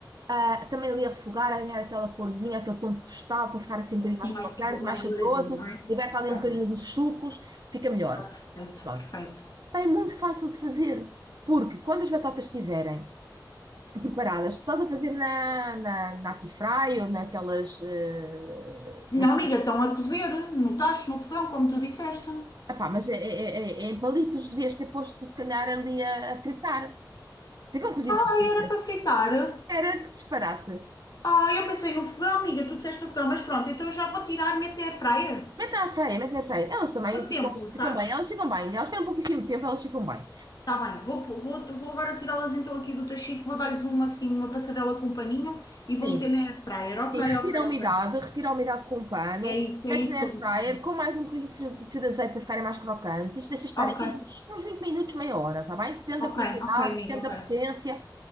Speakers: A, on the right; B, on the left.
A: ah, também ali a refogar, a ganhar aquela corzinha, aquele tom tostado para ficar assim um bocadinho
B: Assim
A: mais
B: mais,
A: crocante,
B: tu- mais
A: mais saboroso,
B: douradinho, não é?
A: liberta ali
B: Tá
A: um bocadinho
B: bom.
A: dos sucos, fica melhor.
B: Tá perfeito,
A: Pronto.
B: perfeito.
A: Pá, é muito fácil de fazer, porque quando as batatas estiverem preparadas. Tu Estás a fazer na, na, na Atifry ou naquelas. eh,
B: Não,
A: na- tua-
B: amiga, estão a cozer no tacho, no fogão, como tu disseste.
A: Epá, mas é, é- é- é em palitos, devias ter posto, se calhar, ali a, a fritar. Ficam cozidas
B: Ai,
A: fritas.
B: era para fritar.
A: Era que disparate.
B: Ah, eu pensei no fogão, amiga, tu disseste no fogão, mas pronto, então eu já vou tirar, meto na air fryer.
A: Mete na airfryer, mete na airfryer. Elas também
B: Quanto
A: ficam,
B: tempo, sabes?
A: ficam bem, elas ficam bem. Elas tiveram pouquíssimo tempo, elas ficam bem.
B: Tá bem, vou, pô- vou, vou agora tirá-las então aqui do tachito, vou dar-lhes uma assim, uma passadela com um paninho
A: Sim.
B: e vou meter na air fryer. Ok,
A: Sim, retira
B: ok,
A: a umidade,
B: ok.
A: retira a umidade com um pano,
B: É isso,
A: metes
B: é isso
A: na
B: que
A: air
B: eu
A: fryer
B: vou fazer.
A: com mais um bocadinho de fio, de fio de azeite para ficarem mais crocantes, deixa estar
B: Ok,
A: aí uns, uns 20 minutos, meia hora, tá bem? Depende da
B: ok,
A: quantidade,
B: ok, amiga,
A: depende
B: ok,
A: da potência.